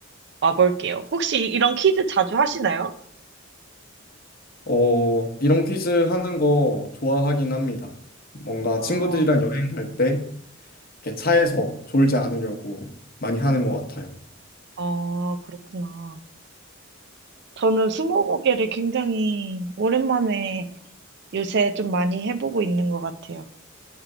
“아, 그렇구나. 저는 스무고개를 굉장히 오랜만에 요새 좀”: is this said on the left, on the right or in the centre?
Right